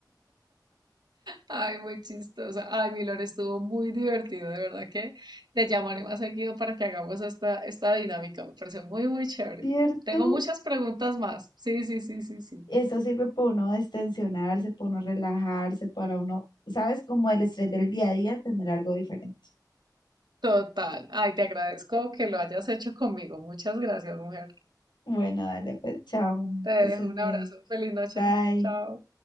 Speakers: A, on the right; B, on the left.
A: Ay, muy chistosa. Ay, Milor, estuvo muy divertido, de verdad que te llamaré más seguido para que hagamos esta, esta dinámica. Me pareció muy, muy chévere.
B: ¿Cierto?
A: Tengo muchas preguntas más. Sí, sí, sí, sí, sí.
B: Eso sirve para uno destensionarse, para uno relajarse, para uno, ¿sabes? Como el estrés del día a día, tener algo diferente.
A: Total. Ay, te agradezco que lo hayas hecho conmigo. Muchas gracias, mujer.
B: Bueno, dale, pues, chao, mujer,
A: Te dejo
B: que estés
A: un
B: bien.
A: abrazo. Feliz noche.
B: Bye.
A: Chao.